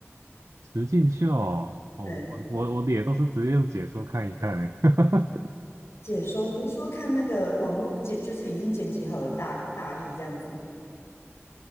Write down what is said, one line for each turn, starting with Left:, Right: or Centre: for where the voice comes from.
Right: 实境秀哦，我我我也都是直接用解说看一看哈。
Left: 嗯，
Right: <laughs>
Left: 解说，你是说看那个网络剪，就是已经剪辑好的大大意这样子吗？